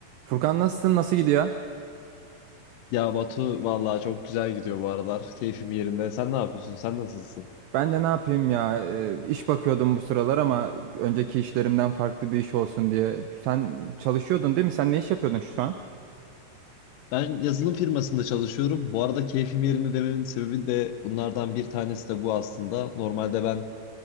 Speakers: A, on the right; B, on the left.
A: Furkan nasılsın? Nasıl gidiyor?
B: Ya Batu vallahi çok güzel gidiyor bu aralar. Keyfim yerinde. Sen ne yapıyorsun? Sen nasılsın?
A: Ben de ne yapayım ya? Ee, iş bakıyordum bu sıralar ama önceki işlerimden farklı bir iş olsun diye. Sen çalışıyordun değil mi? Sen ne iş yapıyordun şu an?
B: Ben yazılım firmasında çalışıyorum. Bu arada keyfim yerinde dememin sebebi de bunlardan bir tanesi de bu aslında. Normalde ben